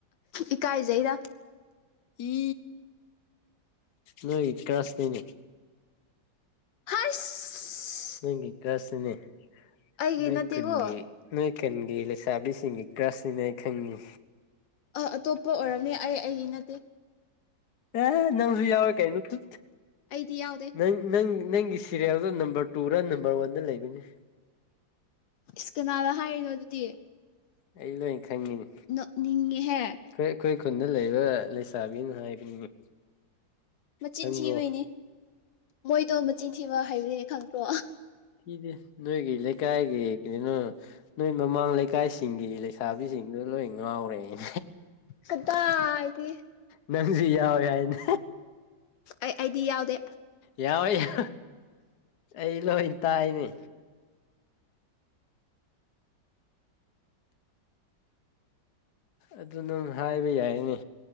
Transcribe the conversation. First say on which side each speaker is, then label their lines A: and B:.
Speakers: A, on the left; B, on the left.
A: ꯏꯀꯥꯏꯖꯩꯗ
B: ꯏ ꯅꯣꯏ ꯀ꯭ꯂꯥꯁ ꯅ‌ꯦꯅꯦ
A: ꯍꯁ
B: ꯅꯪꯒꯤ ꯀꯥꯁ ꯅꯤꯅ‌ꯦ
A: ꯑꯩꯒꯤ
B: ꯅꯣꯏ
A: ꯅꯠꯇꯦꯀꯣ
B: ꯈꯨꯟꯒꯤ ꯅꯣꯏꯈꯨꯟꯒꯤ ꯆꯥꯕꯤꯁꯤꯡꯅꯤ ꯀ꯭ꯔꯁꯅꯤꯅꯦ ꯑꯩ ꯈꯪꯉꯤ
A: ꯑꯥ ꯑꯇꯣꯞꯄ ꯑꯣꯏꯔꯝꯅꯦ ꯑꯩ ꯑꯩꯒꯤ ꯅꯠꯇꯦ
B: ꯑ ꯅꯪꯁꯨ ꯌꯥꯎꯦ ꯀꯥꯏꯅꯠꯇ
A: ꯑꯩꯗꯤ ꯌꯥꯎꯗꯦ
B: ꯅꯪ ꯅꯪ ꯅꯪꯒꯤ ꯁꯤꯦꯔꯤꯦꯜꯗꯣ ꯅꯝꯕꯔ ꯇꯨꯔ ꯅꯝꯕꯔ ꯋꯥꯟꯗ ꯂꯩꯕꯅꯤ
A: ꯏꯁꯀꯅꯥꯅ ꯍꯥꯏꯔꯤꯅꯣ ꯑꯗꯨꯗꯤ
B: ꯑꯩ ꯂꯣꯏ ꯈꯪꯉꯤꯅꯤ
A: ꯅ ꯅꯤꯡꯉꯦ ꯍꯦ
B: ꯑꯩꯈꯣꯏ ꯑꯩꯈꯣꯏ ꯈꯨꯟꯗ ꯂꯩꯕ ꯂꯩꯁꯥꯕꯤꯅ ꯍꯥꯏꯕꯅꯤ
A: ꯃꯆꯤꯟ
B: ꯈꯪꯕ꯭ꯔꯣ
A: ꯊꯤꯕꯩꯅꯦ ꯃꯣꯏꯗꯣ ꯃꯆꯤꯟ ꯊꯤꯕ ꯍꯥꯏꯕꯅꯤ ꯈꯪꯗꯦ ꯇꯣ
B: ꯏꯗꯤꯦ ꯅꯣꯏꯒ ꯏ ꯂꯩꯦ ꯀꯥꯏꯑꯦ ꯌꯦꯅꯤꯅ <unintelligible> ꯅꯣꯏ ꯃꯃꯥꯡ ꯂꯩꯀꯥꯏꯁꯤꯡꯒꯤ ꯂꯩ ꯄ ꯁꯥꯥꯕꯤꯁꯤꯡꯗꯣ ꯂꯣꯏ ꯉꯥꯎꯔꯦꯅꯦ
A: ꯍꯗ ꯍꯥꯏꯗꯤ
B: ꯅꯪꯁꯤ ꯌꯥꯎ ꯍꯥꯏꯏꯅꯦ
A: ꯑꯩ ꯑꯩꯗꯤ ꯌꯥꯎꯗꯦ
B: ꯌꯥꯎꯋꯦ ꯌꯥꯦ ꯑꯩ ꯂꯣꯏ ꯇꯥꯏꯅꯦ ꯑꯗꯨ ꯅ ꯍꯥꯏꯕ ꯌꯥꯏꯅꯤ